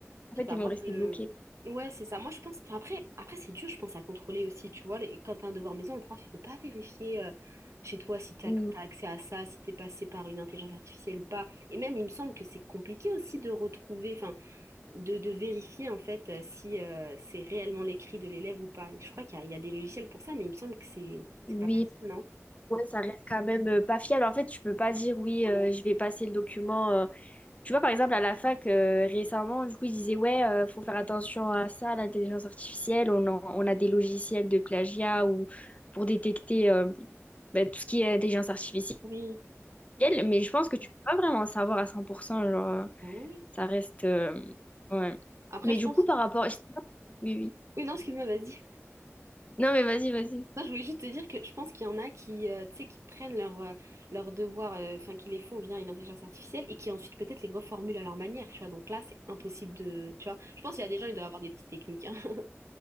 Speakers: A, on the left; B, on the right.
A: en
B: Je
A: fait,
B: sais pas,
A: ils vont
B: moi
A: rester
B: je.
A: bloqués.
B: Ouais, c'est ça. Moi je pense. Enfin, après, après c'est dur, je pense, à contrôler aussi. Tu vois, les... quand t'as un devoir maison, le prof, il peut pas vérifier euh, chez toi si t'as
A: Mm.
B: t'as accès à ça, si t'es passé par une intelligence artificielle ou pas. Et même, il me semble que c'est compliqué aussi de retrouver, enfin, de, de vérifier en fait euh, si euh, c'est réellement l'écrit de l'élève ou pas. Et je crois qu'il y a, il y a des logiciels pour ça, mais il me semble que c'est
A: Oui.
B: c'est pas facile, non?
A: Ouais, ça reste quand même euh, pas fiable. En fait, tu peux pas dire oui, euh, je vais passer le document. euh. Tu vois, par exemple, à la fac, euh, récemment, du coup, ils disaient ouais, euh, faut faire attention à ça, à l'intelligence artificielle. On, en- on a des logiciels de plagiat ou pour détecter euh, bah, tout ce qui est intelligence artificielle.
B: Oui.
A: Mais je pense que tu peux pas vraiment savoir à 100%. Genre, euh,
B: Ah ouais?
A: ça reste. euh, ouais.
B: Après,
A: Mais
B: je
A: du
B: pense.
A: coup, par rapport. Oui, oui.
B: Oui, non, excuse-moi, vas-y.
A: Non, mais vas-y, vas-y.
B: Non, je voulais juste te dire que je pense qu'il y en a qui, euh, tu sais, qui prennent leurs euh, leurs devoirs, euh, enfin, qui les font via une intelligence artificielle et qui ensuite peut-être les reformulent à leur manière, tu vois. Donc là, c'est impossible de, tu vois. Je pense qu'il y a des gens, ils doivent avoir des petites techniques. hein. <laughs>